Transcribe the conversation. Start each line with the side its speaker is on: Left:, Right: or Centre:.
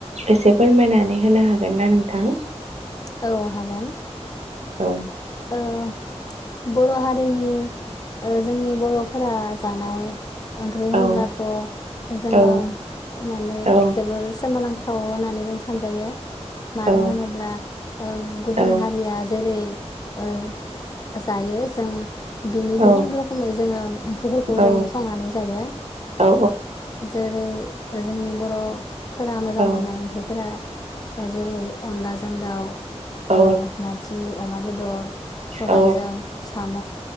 Right: एसे फोरमायनानै होनो हागोन ना नोंथां
Left: औ हागोन
Right: औ
Left: ओ बर हारिनि जोंनि बरफोरा जानाय ओंख्रि होनब्लाथ
Right: औ
Left: जोंङो
Right: औ
Left: माने
Right: औ
Left: जोबोर सोमोनां थ होननानै जों सानजायो मानो
Right: औ
Left: होनोब्ला ओ गुबुन
Right: औ
Left: हारिया जेरै ओ जायो जों बिनि
Right: औ
Left: गुबुन रोखोमै जोंङो ओंख्रिफोरखौ
Right: औ
Left: जों संनानै जायो।
Right: औ
Left: जेरै जोंनि बर‌ फोरा मोजां
Right: औ
Left: मोननाय ओंख्रिफोरा जेरै अनला जा ओ
Right: औ
Left: नारजि अमा बेदर सबायजों
Right: औ
Left: साम